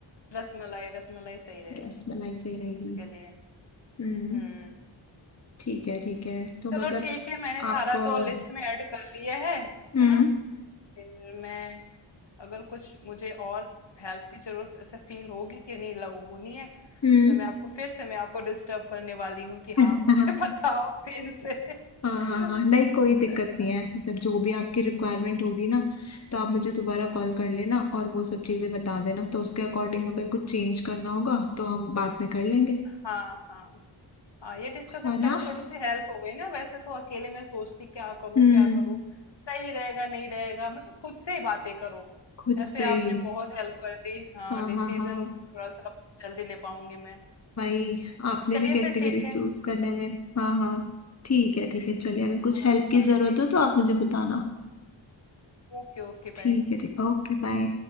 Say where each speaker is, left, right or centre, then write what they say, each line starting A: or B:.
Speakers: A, on the left; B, on the left.
A: रसमलाई, रसमलाई सही रहेगी
B: रसमलाई सही रहेगी
A: इसके लिए।
B: हम्म
A: हुँ,
B: ठीक है ठीक है तो मतलब
A: चलो ठीक है मैंने सारा
B: आप अ,
A: तो लिस्ट में ऐड कर लिया है,
B: हम्म
A: है ना? फिर मैं अगर कुछ मुझे और हेल्प की ज़रूरत ऐसे फ़ील होगी कि नहीं लग होनी है,
B: हम्म
A: तो मैं आपको फिर से मैं आपको डिस्टर्ब करने वाली हूँ कि हाँ,
B: <laughs>
A: आप मुझे <laughs> बताओ फिर से।
B: हाँ हाँ
A: <laughs>
B: हाँ नहीं कोई दिक्कत
A: अ,
B: नहीं है मतलब जो भी आपकी रिक्वायरमेंट होगी ना तो आप मुझे दोबारा
A: हुँ,
B: कॉल कर लेना और वो सब चीज़ें बता देना तो उसके अकॉर्डिंग अगर कुछ चेंज करना होगा तो हम बाद में कर लेंगे
A: हाँ, हाँ। हाँ ये डिस्कशन
B: है
A: करने
B: ना
A: से थोड़ी सी हेल्प हो गई ना वैसे तो अकेले मैं सोचती क्या करूं
B: हम्म
A: क्या करूं सही रहेगा नहीं रहेगा मतलब खुद से ही बातें करो
B: खुद
A: ऐसे
B: से
A: आपने
B: ही
A: बहुत हेल्प कर दी हाँ
B: हाँ
A: डिसीजन
B: हाँ हाँ
A: थोड़ा सा जल्दी ले पाऊंगी मैं
B: भाई आपने
A: चलिए
B: भी कैटेगरी
A: फिर ठीक
B: चूज
A: है
B: करने में हाँ हाँ ठीक है ठीक है चलिए अगर कुछ
A: हाँ
B: हेल्प की
A: हाँ
B: जरूरत
A: ठीक
B: हो तो आप मुझे बताना
A: Okay okay
B: ठीक
A: bye
B: है ठीक ओके बाय